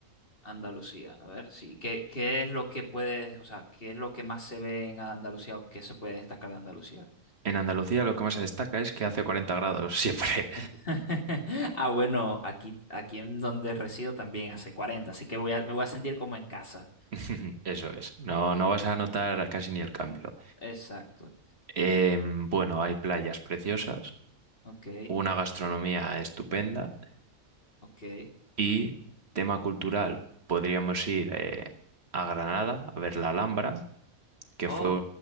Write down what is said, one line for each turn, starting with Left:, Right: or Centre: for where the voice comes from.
Left: Andalucía. A ver, sí, ¿qué, qué es lo que puedes, o sea, qué es lo que más se ve en Andalucía o qué se puede destacar de Andalucía?
Right: En Andalucía lo que más se destaca es que hace 40 grados <laughs> siempre.
Left: <laughs> Ah, bueno, aquí, aquí en donde resido también hace 40, así que voy a, me voy a sentir como en casa.
Right: <laughs> Eso es, no, no vas a notar casi ni el cambio.
Left: Mm, Exacto.
Right: Em, bueno, hay playas preciosas,
Left: Ok,
Right: una gastronomía estupenda
Left: ok.
Right: y tema cultural, podríamos ir eh, a Granada a ver la Alhambra, que
Left: Oh,
Right: fue,